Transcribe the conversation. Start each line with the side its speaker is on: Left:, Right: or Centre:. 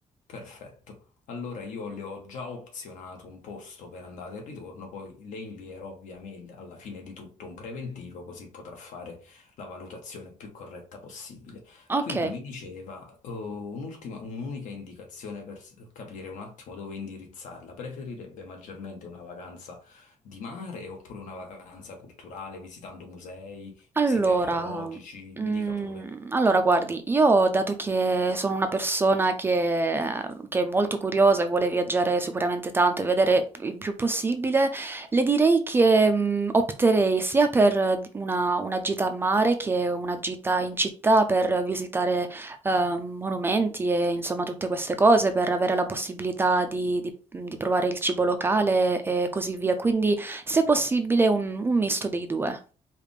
Left: Perfetto. Allora io le ho già opzionato un posto per andata e ritorno, poi le invierò via mail alla fine di tutto un preventivo così potrà fare la valutazione più corretta possibile.
Right: Ok,
Left: Quindi mi diceva, eh, un'ultima, un'unica indicazione per s- capire un attimo dove indirizzarla. Preferirebbe maggiormente una vacanza di mare oppure una vacanza culturale visitando musei,
Right: Allora,
Left: siti archeologici?
Right: mhmm,
Left: Mi dica pure.
Right: allora guardi, io dato che sono una persona che che è molto curiosa e vuole viaggiare sicuramente tanto e vedere il più possibile, le direi che, mhmm, opterei sia per d una una gita a mare che una gita in città per visitare, ehm, monumenti e insomma tutte queste cose, per avere la possibilità di di mhmm, di provare il cibo locale e così via. Quindi, se possibile un un misto dei 2.